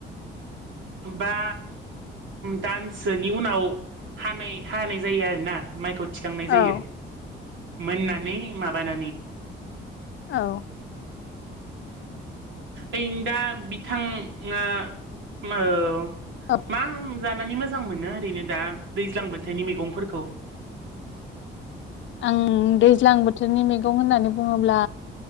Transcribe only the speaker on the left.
औ
औ।
औ
आं दैज्लां बोथोरनि मैगं होननानै बुङोब्ला